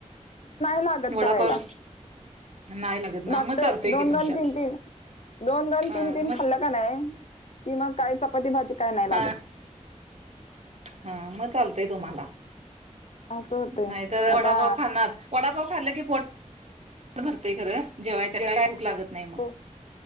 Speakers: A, on the left (about 60°); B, on the right (about 60°).
A: लागत
B: वडापाव
A: करायला.
B: नाही लागत ना
A: मग
B: चालतय
A: दोन
B: की तुमच्यात
A: दन तीन तीन दोन दन
B: हा
A: तीन तीन
B: मग
A: खाल्ला. का नाही कि मग काही चपाती भाजी काय नाही
B: हा
A: लागत
B: हा मग चालतेय तुम्हाला
A: असं होतंय
B: नाही तर
A: आता
B: वडापाव खाणार वडापाव खाल्लं की पोट भरतेय खरं जेवाच्या काही भुक लागत नाही
A: नाहीच
B: मग